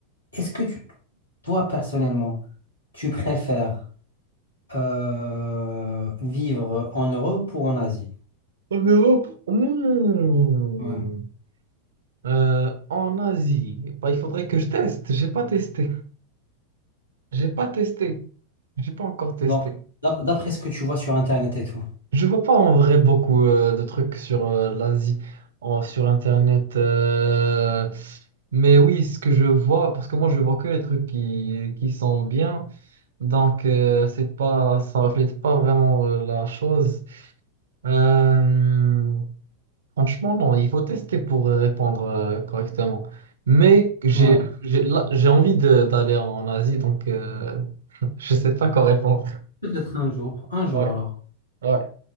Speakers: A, on the left; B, on the right.
A: Est-ce que tu, toi personnellement, tu préfères euh, vivre en Europe ou en Asie?
B: En Europe. Mmh.
A: Ouais.
B: Euh, en Asie. Bah, il faudrait que je teste. J'ai pas testé. J'ai pas testé. J'ai pas encore testé.
A: Donc, d'ap- d'après ce que tu vois sur Internet et tout.
B: Je vois pas en vrai beaucoup euh, de trucs sur euh, l'Asie en- sur Internet. euh, Mais oui, ce que je vois, parce que moi je vois que les trucs qui, qui sont bien. Donc, euh, c'est pas, ça reflète pas vraiment euh, la chose. Euh, franchement, non, il faut tester pour euh, répondre euh, correctement. Mais j'ai,
A: Ouais.
B: j'ai, là, j'ai envie de- d'aller en Asie, donc euh, <laughs> je sais pas quoi répondre.
A: Peut-être un jour. Un jour
B: Ouais,
A: alors.
B: ouais.